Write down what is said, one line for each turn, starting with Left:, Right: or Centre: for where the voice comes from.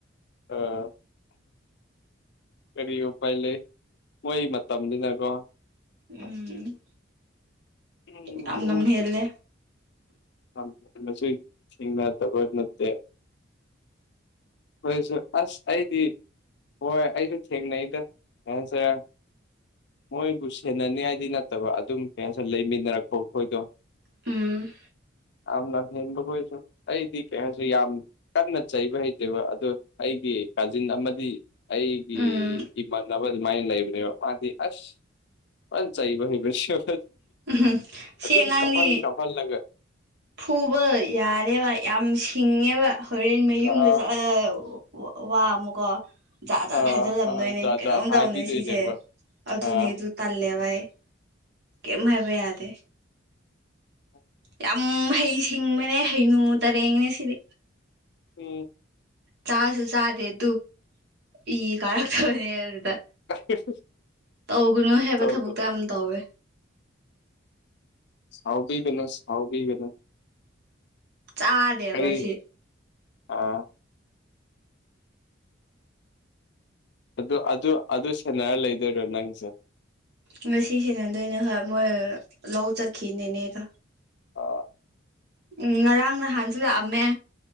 Left: ꯑꯥ ꯀꯔꯤ ꯎꯄꯥꯏ ꯂꯩ ꯃꯣꯏ ꯃꯇꯝꯅꯤꯅꯀꯣ
Right: ꯎꯝ
Left: ꯎꯝ
Right: ꯌꯥꯝ ꯂꯝ ꯍꯦꯜꯂꯦ
Left: <unintelligible> ꯊꯦꯡꯅꯗꯕ ꯅꯠꯇꯦ ꯍꯣꯏꯁꯦ ꯑꯁ ꯑꯩꯗꯤ ꯍꯣꯏ ꯑꯩꯁꯨ ꯊꯦꯡꯅꯩꯗ <unintelligible> ꯃꯣꯏꯕꯨ ꯁꯦꯟꯅꯅꯤ ꯍꯥꯏꯗꯤ ꯅꯠꯇꯕ ꯑꯗꯨꯝ ꯀꯩꯍꯥꯏꯁꯤꯔꯥ ꯂꯩꯃꯤꯟꯅꯔꯛꯄ ꯑꯩꯈꯣꯏꯗꯣ
Right: ꯎꯝ
Left: ꯌꯥꯝ ꯂꯝ ꯍꯦꯟꯕ ꯈꯣꯏꯁꯨ ꯑꯩꯗꯤ ꯀꯩꯍꯥꯏꯁꯤ ꯌꯥꯝ ꯀꯟꯅ ꯆꯩꯕ ꯍꯩꯇꯦꯕ ꯑꯗꯨ ꯑꯩꯒꯤ ꯀꯖꯤꯟ ꯑꯃꯗꯤ ꯑꯩꯒꯤ
Right: ꯎꯝ
Left: ꯏꯃꯥꯟꯅꯕ ꯑꯗꯨꯃꯥꯏꯅ ꯂꯩꯕꯅꯦꯕ ꯃꯥꯗꯤ ꯑꯁ ꯐꯖꯟ ꯆꯩꯕ ꯍꯩꯕꯁꯨ
Right: ꯎꯝ ꯁꯤ
Left: ꯑꯗꯨꯝ
Right: ꯑꯉꯥꯡꯗꯤ
Left: ꯀꯞꯍꯟ ꯀꯞꯍꯜꯂꯒ
Right: ꯐꯨꯕ ꯌꯥꯔꯦꯕ ꯌꯥꯝ ꯁꯤꯡꯉꯦꯕ ꯍꯣꯔꯦꯟ ꯃꯌꯨꯝꯗ
Left: ꯑꯥ
Right: ꯆꯠꯂ ꯋꯥ ꯑꯃꯀꯣ ꯖꯥꯠ ꯖꯥꯠ
Left: ꯑꯥ
Right: ꯍꯥꯏꯖꯤꯜꯂꯝ
Left: ꯑꯥ
Right: ꯗꯣꯏꯅꯦ
Left: ꯖꯥꯠ
Right: ꯀꯩꯅꯣꯝ
Left: ꯖꯥꯠ ꯍꯥꯏꯕꯤꯗꯣꯏꯅꯦꯕ
Right: ꯇꯧꯅꯦ ꯁꯤꯁꯦ ꯑꯗꯨꯅꯦ
Left: ꯑꯥ
Right: ꯑꯗꯨ ꯇꯜꯂꯦꯕ ꯑꯩ ꯀꯩꯝ ꯍꯥꯏꯕ ꯌꯥꯗꯦ
Left: <inaudible>
Right: ꯌꯥꯝ ꯍꯩ ꯁꯤꯡꯕꯅꯦ ꯍꯩꯅꯨ ꯇꯔꯦꯡꯅꯦ ꯁꯤꯗꯤ
Left: ꯎꯝ
Right: ꯆꯥꯖꯨ ꯆꯥꯗꯦ ꯑꯗꯨ ꯏ ꯀꯥꯔꯛꯇꯕꯅꯦ ꯑꯗꯨꯗ
Left: <unintelligible>
Right: ꯇꯧꯒꯅꯨ ꯍꯥꯏꯕ
Left: ꯇꯧ
Right: ꯊꯕꯛꯇ
Left: ꯇꯧ
Right: ꯌꯥꯝ
Left: ꯇꯧ
Right: ꯇꯧꯋꯦ
Left: ꯁꯥꯎꯕꯤꯒꯅꯨ ꯁꯥꯎꯕꯤꯒꯅꯨ
Right: ꯆꯥꯗꯦꯕ
Left: ꯀꯔꯤ
Right: ꯁꯤ
Left: ꯑꯥ ꯑꯗꯨ ꯑꯗꯨ ꯑꯗꯨ ꯁꯦꯟꯅꯔ ꯂꯩꯗꯣꯏꯔꯣ ꯅꯪꯁꯦ
Right: ꯉꯁꯤ ꯁꯤꯅꯗꯣꯏꯅꯦ ꯍꯣꯏ ꯃꯣꯏ ꯂꯧ ꯆꯠꯈꯤ ꯅꯦꯅꯦꯗꯣ
Left: ꯑ
Right: ꯎꯝ ꯉꯔꯥꯡ ꯅꯍꯥꯟꯁꯨ ꯂꯥꯛꯑꯝꯃꯦ